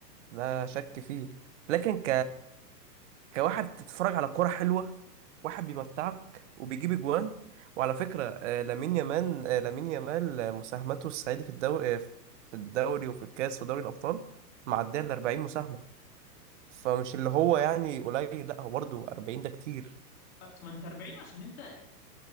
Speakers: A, on the right; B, on the left.
A: لا شك فيه لكن كواحد بتتفرج على كرة حلوة واحد بيمتعك وبيجيب اجوان وعلى فكرة آه، لامين يامال آه، لامين يامال آه، مساهمته الصعيدي في الدوري في الدوري وفي الكاس ودوري الأبطال معدية ال 40 مساهمة فمش اللي هو يعني قليل لا هو برضه 40 ده كتير
B: آه، ما انت 40 عشان انت